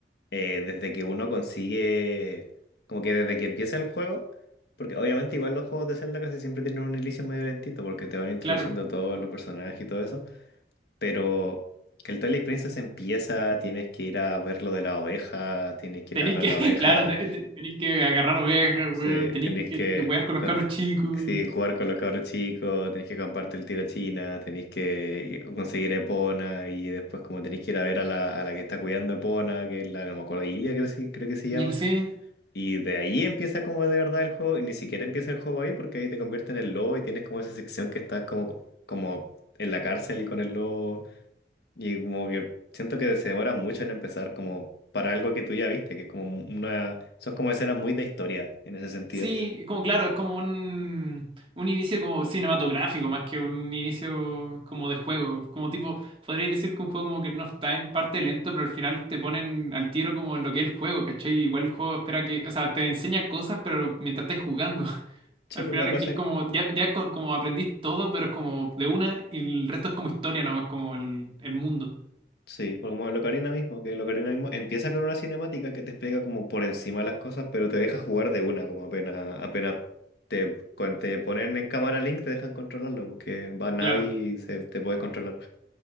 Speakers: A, on the left; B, on the right.
A: eh, desde que uno consigue, como que desde que empieza el juego, porque obviamente igual los juegos de Zelda casi siempre tienen un inicio medio lentito porque te van introduciendo
B: Claro.
A: todos los personajes y todo eso, pero que el Twilight Princess empieza, tienes que ir a ver lo de la oveja, tienes que
B: Tenéis
A: ir a agarrar
B: que,
A: la
B: <laughs>
A: oveja.
B: claro, te- te- tenéis que agarrar ovejas,
A: Sí,
B: weón, tenéis
A: tenéis
B: que
A: que
B: jugar con los
A: co-
B: carros chicos.
A: sí, jugar con los cabros chicos, tenéis que compartir el tiro a China, tenéis que conseguir Epona y después como tenéis que ir a ver a la, a la que está cuidando Epona, que es la, no me acuerdo, Ilia creo, sí- creo que se llama.
B: Y no sé,
A: Y de ahí empieza como de verdad el juego y ni siquiera empieza el juego ahí porque ahí te convierte en el lobo y tienes como esa sección que estás como, como en la cárcel con el lobo y como que siento que se demora mucho en empezar como para algo que tú ya viste, que es como una... Son como escenas muy de historia en ese sentido.
B: sí, como claro, es como un, un inicio como cinematográfico, más que un inicio como de juego. Como tipo, podríais decir que un juego como que no está en parte lento, pero al final te ponen al tiro como en lo que es el juego, ¿cachai? Igual el juego espera que, o sea, te enseña cosas, pero mientras estás jugando. <laughs>
A: Sí,
B: Al
A: pues
B: final
A: la
B: aquí
A: cosa,
B: es
A: es,
B: como, ya, ya co- como aprendís todo, pero es como de una, y el resto es como historia nomás, como el, el mundo.
A: sí, pues como el Ocarina mismo, que el Ocarina mismo empieza con una cinemática que te explica como por encima las cosas, pero te deja jugar de una, como apenas, apenas te, con- te ponen en cámara Link, te dejan controlarlo, porque va Navi
B: Claro.
A: y se, te puedes controlar.